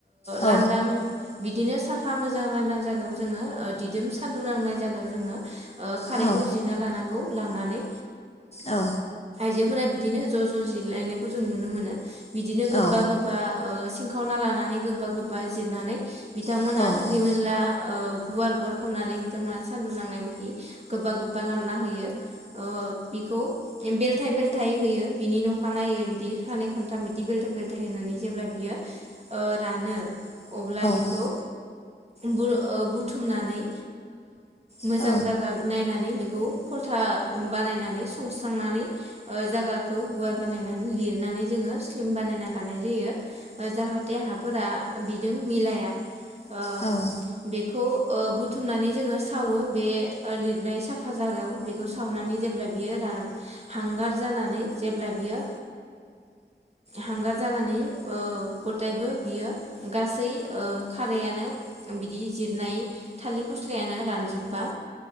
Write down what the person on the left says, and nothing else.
औ
औ
औ
औ
औ
औ
औ
औ